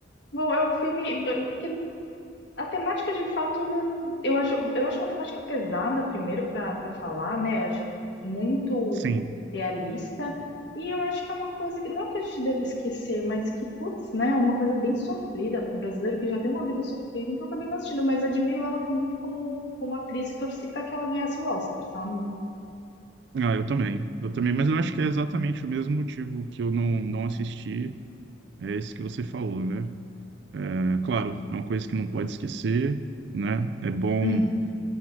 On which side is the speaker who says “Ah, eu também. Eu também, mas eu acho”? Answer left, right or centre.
Right